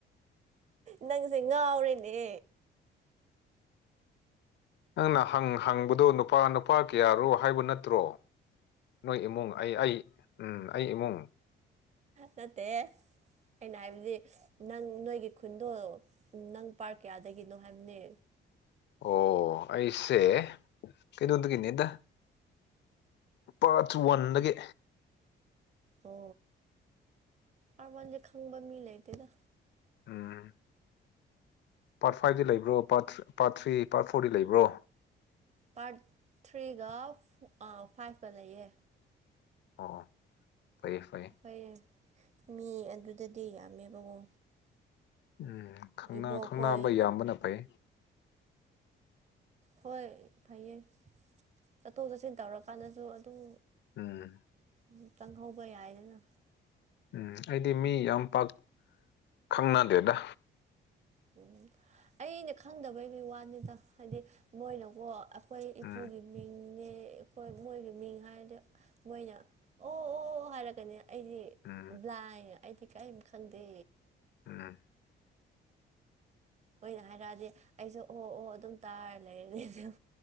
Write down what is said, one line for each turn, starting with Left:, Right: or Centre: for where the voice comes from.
Right: ꯅꯪꯁꯦ ꯉꯥꯎꯔꯦꯅꯦ
Left: ꯅꯪꯅ ꯍꯪ ꯍꯪꯕꯗꯨ ꯅꯨꯄꯥ ꯅꯨꯄꯥ ꯀꯌꯥꯔꯣ ꯍꯥꯏꯕ ꯅꯠꯇ꯭ꯔꯣ ꯅꯣꯏ ꯏꯃꯨꯡ ꯑꯩ ꯑꯩ ꯎꯝ ꯑꯩ ꯏꯃꯨꯡ
Right: ꯅꯠꯇꯦ ꯑꯩꯅ ꯍꯥꯏꯕꯗꯤ ꯅꯪ ꯅꯣꯏꯒꯤ ꯈꯨꯟꯗꯣ ꯅꯪ ꯄꯥꯔꯠ ꯀꯌꯥꯗꯒꯤꯅꯣ ꯍꯥꯏꯕꯅꯦ
Left: ꯑꯣ ꯑꯩꯁꯦ ꯀꯩꯅꯣꯗꯒꯤꯅꯦꯗ ꯄꯥꯔꯠ ꯋꯥꯟꯗꯒꯤ
Right: ꯑꯣ ꯄꯥꯔꯠ ꯋꯥꯟꯗꯤ ꯈꯪꯕ ꯃꯤ ꯂꯩꯇꯦꯗ
Left: ꯎꯝ ꯄꯥꯔꯠ ꯐꯥꯏꯚꯗꯤ ꯂꯩꯕ꯭ꯔꯣ ꯄꯥꯔꯠ ꯄꯥꯔꯠ ꯊ꯭ꯔꯤ ꯄꯥꯔꯠ ꯐꯣꯔꯗꯤ ꯂꯩꯕ꯭ꯔꯣ
Right: ꯄꯥꯔꯠ ꯊ꯭ꯔꯤꯒ ꯑꯥ ꯐꯥꯏꯚꯀ ꯂꯩꯌꯦ
Left: ꯑꯣ ꯐꯩꯌꯦ ꯐꯩꯌꯦ
Right: ꯐꯩꯌꯦ ꯃꯤ ꯑꯗꯨꯗꯗꯤ ꯌꯥꯝꯃꯦꯕꯀꯣ
Left: ꯎꯝ ꯈꯪꯅꯥ
Right: ꯏꯕꯣꯛꯈꯣꯏ
Left: ꯈꯪꯅꯥꯕ ꯌꯥꯝꯕꯅ ꯐꯩ
Right: ꯍꯣꯏ ꯐꯩꯌꯦ ꯆꯠꯊꯣꯛ ꯆꯠꯁꯤꯟ ꯇꯧꯔꯀꯥꯟꯗꯁꯨ ꯑꯗꯨꯝ
Left: ꯎꯝ
Right: ꯎꯝ ꯆꯪꯍꯧꯕ ꯌꯥꯏꯗꯅ
Left: ꯎꯝ ꯑꯩꯗꯤ ꯃꯤ ꯌꯥꯝ ꯄꯥꯛ ꯈꯪꯅꯗꯦꯗ
Right: ꯎꯝ ꯑꯩꯅ ꯈꯪꯗꯕꯩꯗꯤ ꯋꯥꯅꯤꯗ ꯍꯥꯏꯗꯤ ꯃꯣꯏꯅꯀꯣ ꯑꯩꯈꯣꯏ ꯏꯄꯨꯒꯤ
Left: ꯎꯝ
Right: ꯃꯤꯡ ꯅꯦ ꯑꯩꯈꯣꯏ ꯃꯣꯏꯒꯤ ꯃꯤꯡ ꯍꯥꯏꯔꯗꯤ ꯃꯣꯏꯅ ꯑꯣ ꯑꯣ ꯍꯥꯏꯔꯒꯅꯦ ꯑꯩꯗꯤ
Left: ꯎꯝ
Right: ꯕ꯭ꯂꯥꯏꯟ ꯑꯩꯗꯤ ꯀꯩꯝ ꯈꯪꯗꯦ
Left: ꯎꯝ
Right: ꯑꯣꯏꯅ ꯍꯥꯏꯔꯛꯑꯗꯤ ꯑꯩꯁꯨ ꯑꯣ ꯑꯣ ꯑꯗꯨꯝ ꯇꯥꯔ ꯂꯩꯔꯅꯤ ꯑꯗꯨꯝ